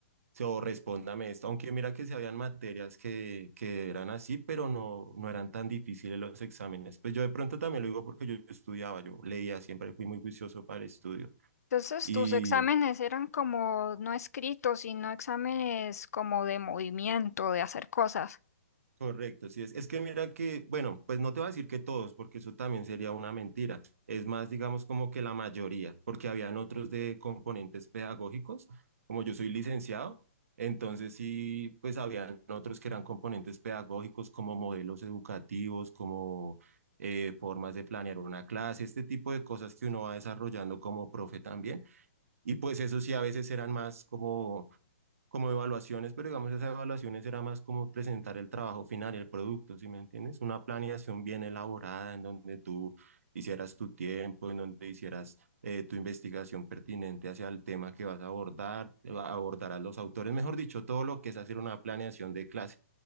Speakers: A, on the right; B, on the left.
A: o respóndame esto, aunque mira que se habían materias que, que eran así, pero no, no eran tan difíciles los exámenes. Pues yo de pronto también lo digo porque yo estudiaba, yo leía, siempre fui muy juicioso para el estudio.
B: Entonces,
A: Y
B: tus exámenes eran como no escritos, sino exámenes como de movimiento, de hacer cosas.
A: Correcto, sí es. Es que mira que, bueno, pues no te voy a decir que todos, porque eso también sería una mentira. Es más, digamos, como que la mayoría, porque habían otros de componentes pedagógicos, como yo soy licenciado, entonces sí, pues habían otros que eran componentes pedagógicos como modelos educativos, como eh, formas de planear una clase, este tipo de cosas que uno va desarrollando como profe también. Y pues eso sí, a veces eran más como como evaluaciones, pero digamos esas evaluaciones era más como presentar el trabajo final y el producto, ¿sí me entiendes? Una planeación bien elaborada en donde tú hicieras tu tiempo, en donde hicieras eh, tu investigación pertinente hacia el tema que vas a abordar, abordarás los autores, mejor dicho, todo lo que es hacer una planeación de clase.